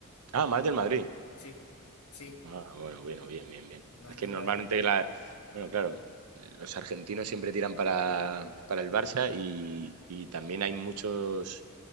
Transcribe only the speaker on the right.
Ah, más del Madrid.
Ah, bueno, bueno, bien, bien, bien.
Es que
normalmente
la... Bueno, claro, los argentinos siempre tiran para, para el Barça y, y también hay muchos